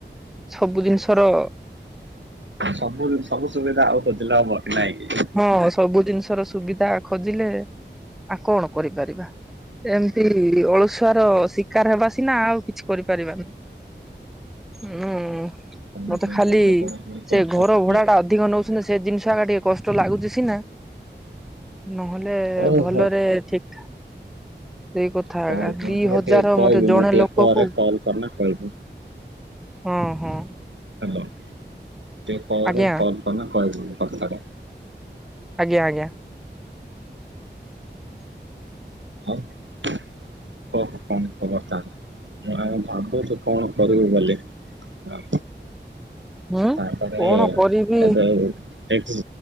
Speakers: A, in the centre; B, on the right.
A: ସବୁ ଜିନିଷର
B: ସବୁ ଜି ସବୁ ସୁବିଧା ଆଉ ଖୋଜିଲେ ହବ କି ନାଇଁ
A: ହଁ ସବୁ ଜିନିଷର ସୁବିଧା ଖୋଜିଲେ, ଆଉ କଣ କରିପାରିବା? ଏମିତି ଅଳସୁଆର ଶିକାର ହେବା ସିନା ଆଉ କିଛି କରିପାରିବାନି। ହୁଁ
B: ତମେ
A: ମତେ
B: ଟିକେ
A: ଖାଲି
B: ଭଲ ପଢାପଢି କରିଛ
A: ସେ ଘର
B: ତାହେଲେ
A: ଭଡାଟା ଅଧିକ ନଉଛନ୍ତି ସେ ଜିନିଷ ଏକା ଟା ଟିକେ କଷ୍ ଷ୍ଟ ଲାଗୁଚ ସିନା ନହେଲେ
B: ଓହୋ।
A: ଭଲରେ ଠିକ୍ ଠାକ୍ ସେଇ କଥା
B: ହଉ
A: ଆ ଦି
B: ମୁଁ
A: ହଜାର
B: ଟିକେ କହିବି
A: ମତେ ଜଣେ
B: ମୁଁ ଟିକେ
A: ଲୋକକୁ
B: ପରେ କଲ୍ କରିନା କହିବି।
A: ହଁ ହଁ
B: ହାଲୋ ଟିଏ ପରେ
A: ଆଜ୍ଞା
B: କଲ୍ କଲେ କହିଦେବି କଥାଟା
A: ଆଜ୍ଞା ଆଜ୍ଞା।
B: ହଉ ଆଉ କହ କଣ ଖବର ତାହଲେ? ମୁଁ ଆଉ ଭାବୁଚି କଣ କରିବୁ ବୋଲି ଆ
A: ହୁଁ
B: ତାପରେ
A: କଣ କରିବି
B: ଏବେ ଏକ୍ସ